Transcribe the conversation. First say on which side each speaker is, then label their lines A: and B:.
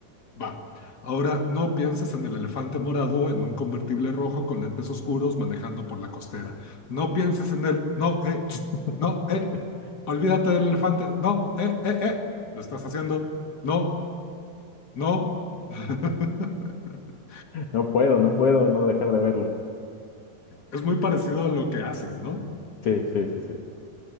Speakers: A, on the left; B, on the left.
A: Va. Ahora no pienses en el elefante morado en un convertible rojo con lentes oscuros manejando por la costera. No pienses en él. No, eh, tss,
B: <laughs>
A: no, eh. Olvídate del elefante. No, eh, eh, eh. Lo estás haciendo. No, no. <laughs>
B: No puedo, no puedo no dejar de verlo.
A: Es muy parecido a lo que haces, ¿no?
B: Sí, sí, sí, sí.